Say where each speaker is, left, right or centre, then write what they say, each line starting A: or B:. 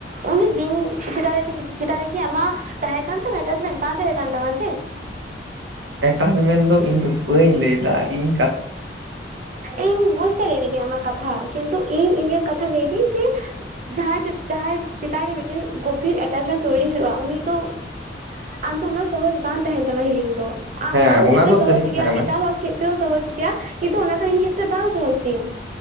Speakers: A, on the right; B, on the right.
A: ᱩᱱᱤ ᱵᱤᱧᱻ ᱪᱮᱫᱟᱜ-ᱫᱮᱹᱠᱷᱤ ᱪᱮᱫᱟᱜ-ᱫᱮᱹᱠᱷᱤ ᱟᱢᱟᱜ ᱛᱟᱦᱮᱸ ᱠᱟᱱ ᱛᱟᱢᱟ ᱮᱴᱟᱪᱢᱮᱱ? ᱵᱟᱝ ᱛᱟᱦᱮᱸ ᱠᱟᱱ ᱛᱟᱢᱟ ᱥᱮ ᱾
B: ᱮᱴᱟᱜ ᱨᱤᱢᱤᱞ ᱫᱚ ᱤᱧ ᱫᱚ ᱵᱟᱹᱧ ᱞᱟᱹᱭᱫᱟ ᱤᱧᱹᱹᱹ᱾
A: ᱤᱧ ᱵᱩᱡᱽ ᱫᱟᱲᱮᱭᱟᱠᱤᱫᱤᱧ ᱟᱢᱟᱜ ᱾ ᱠᱟᱛᱷᱟ, ᱠᱤᱱᱛᱩ ᱤᱧ ᱤᱧᱟᱹᱜ ᱠᱟᱛᱷᱟ ᱞᱟᱹᱭᱫᱟᱹᱧ ᱡᱮ ᱡᱟᱦᱟᱸᱭ- ᱡᱟᱦᱟᱸᱭ ᱪᱮᱛᱟᱱ ᱨᱮ ᱹᱹᱹ ᱴᱮᱱ ᱜᱚᱵᱷᱤᱨ ᱮᱴᱟᱪᱢᱮᱱᱴ ᱛᱚᱭᱭᱨᱤ ᱦᱩᱭᱩᱜᱼᱟ ᱩᱱᱤ ᱫᱚ ᱹᱹᱹ ᱟᱢ ᱫᱚ ᱩᱱᱟᱹᱜ ᱥᱚᱦᱚᱡᱽ ᱵᱟᱝ ᱛᱟᱦᱮᱱ ᱛᱟᱢᱟ ᱦᱤᱲᱤᱧ ᱫᱚ ᱟᱢ
B: ᱦᱮᱸ
A: ᱟᱢ
B: ᱚᱱᱟ
A: ᱴᱷᱮᱱ ᱫᱚ ᱥᱚᱦᱚᱡᱽ
B: ᱥᱟᱹᱨᱤ ᱠᱟᱛᱷᱟ
A: ᱜᱮᱭᱟ
B: ᱠᱟᱱᱟ
A: ᱮᱴᱟᱜ ᱦᱚᱲ ᱹᱹᱹ ᱠᱷᱮᱛᱨᱚ ᱥᱚᱦᱚᱡᱽ ᱜᱮᱭᱟ ᱠᱤᱱᱛᱩ ᱚᱱᱟ ᱫᱚ ᱤᱧ ᱠᱷᱮᱛᱨᱮ ᱵᱟᱝ ᱥᱚᱦᱚᱡᱽ ᱜᱮᱭᱟ ᱾